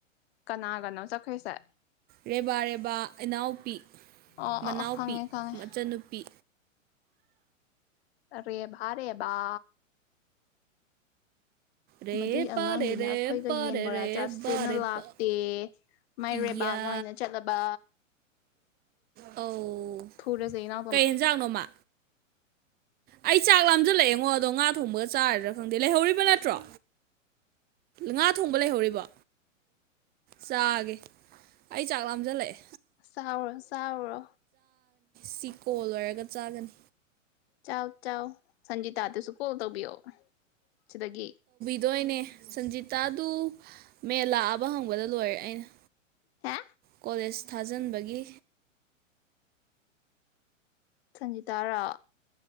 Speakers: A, on the left (about 50°); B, on the right (about 25°).
A: ꯀꯅꯥ ꯀꯅꯣ ꯆꯠꯈꯩꯁꯦ
B: ꯔꯦꯕꯥ ꯔꯦꯕꯥ ꯏꯅꯥꯎꯄꯤ
A: ꯑ
B: ꯃꯅꯥꯎꯄꯤ
A: ꯑ ꯑ ꯈꯪꯉꯦ ꯈꯪꯉꯦ
B: ꯃꯆꯟꯅꯨꯄꯤ
A: ꯑꯦꯕ ꯔꯦꯕꯕꯥ
B: ꯔꯦꯄꯥ
A: ꯃꯗꯨꯏ ꯑꯉꯥꯡꯗꯨꯅ
B: ꯔꯦꯔꯦꯄꯥ
A: ꯑꯩꯈꯣꯏꯒ ꯌꯦꯟ
B: ꯔꯦꯔꯦꯄꯥ
A: ꯕꯣꯔꯥ ꯆꯥꯁꯦꯅ
B: ꯔꯦꯄꯥ
A: ꯂꯥꯛꯇꯦ ꯃꯥꯏꯔꯦꯕꯒ
B: ꯏꯌꯥ
A: ꯑꯣꯏꯅ ꯆꯠꯂꯕ
B: ꯑꯧ
A: ꯐꯨꯔꯁꯦ ꯏꯅꯥꯎꯇꯣꯝꯕ
B: ꯀꯩ ꯌꯦꯟꯖꯥꯡꯅꯣꯃ ꯑꯩ ꯆꯥꯛ ꯂꯥꯝꯖꯜꯂꯛꯑꯦꯉꯣ ꯑꯗꯣ ꯉꯥ ꯊꯣꯡꯕꯒ ꯆꯥꯔꯗ꯭ꯔꯥ ꯈꯪꯗꯦ ꯂꯩꯍꯧꯔꯤꯕ ꯅꯠꯇ꯭ꯔꯣ ꯉꯥ ꯊꯣꯡꯕ ꯂꯩꯍꯧꯔꯤꯕ ꯆꯥꯒꯦ ꯑꯩ ꯆꯥꯛ ꯂꯥꯝꯁꯤꯜꯂꯛꯑꯦ
A: ꯆꯋ ꯆꯥꯎ
B: ꯁꯤꯀꯣ ꯂꯣꯏꯔꯒ ꯆꯥꯒꯅꯤ
A: ꯆꯥꯎ ꯆꯥꯎ ꯁꯪꯒꯤꯇꯥꯗꯨꯁꯨ ꯀꯣꯜ ꯇꯧꯕꯤꯌꯑꯣ ꯁꯤꯗꯒꯤ
B: ꯑꯗꯨꯗꯣꯏꯅꯦ ꯁꯟꯖꯤꯇꯥꯗꯨ ꯃꯦ ꯂꯥꯛꯑꯕ ꯍꯪꯕꯗ ꯂꯣꯏꯔꯦ ꯑꯩꯅ
A: ꯍꯦ
B: ꯀꯂꯦꯖ ꯊꯥꯖꯟꯕꯒꯤ
A: ꯁꯟꯖꯤ ꯇꯥꯔꯣ